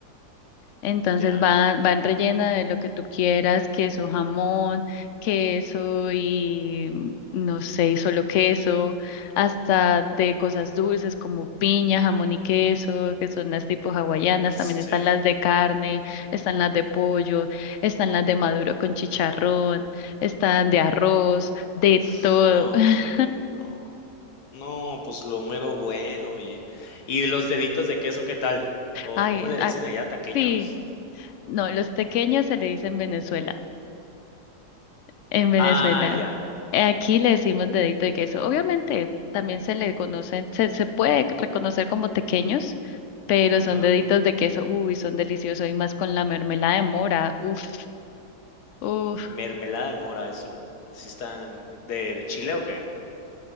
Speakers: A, on the left; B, on the left.
A: Entonces
B: ya,
A: van, van rellena de lo que tú quieras, queso, jamón, queso y mm, no sé, y solo queso, hasta de cosas dulces como piña, jamón y queso, que son las tipo hawaianas,
B: sí.
A: también están las de carne, están las de pollo, están las de maduro con chicharrón, están de arroz, de
B: Uf,
A: todo.
B: no,
A: <laughs>
B: hombre. No, no, pues lo mero bueno, oye. ¿Y los deditos de queso qué tal? ¿O
A: Ay,
B: cómo le dicen
A: ac-
B: allá, taqueños?
A: sí, no, los tequeños se le dicen Venezuela. En Venezuela,
B: Ah, ya.
A: eh, aquí le decimos dedito de queso. Obviamente también se le conocen, se, se puede reconocer como tequeños, pero son
B: Ajá.
A: deditos de queso. Uy, son deliciosos y más con la mermelada de mora. Uf, uf,
B: Mermelada de mora, eso no ¿sí están de de chile o qué?